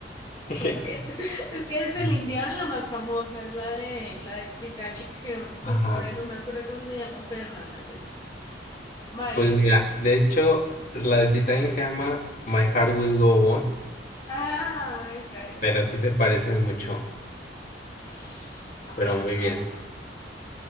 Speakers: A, on the left; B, on the left.
A: <laughs>
B: no sabía. <laughs> Es que es el
A: Ujú.
B: Dion la más famosa, es la de la de Titanic, que no- justo
A: Ajá.
B: ahora no me acuerdo cómo se llama, pero no, no es esa. Vale.
A: Pues mira, de hecho, la de Titanic se llama My Heart Will Go On,
B: Ah, esa, esa.
A: pero sí se parecen mucho,
B: Estaba,
A: pero
B: estaba
A: muy bien.
B: duro.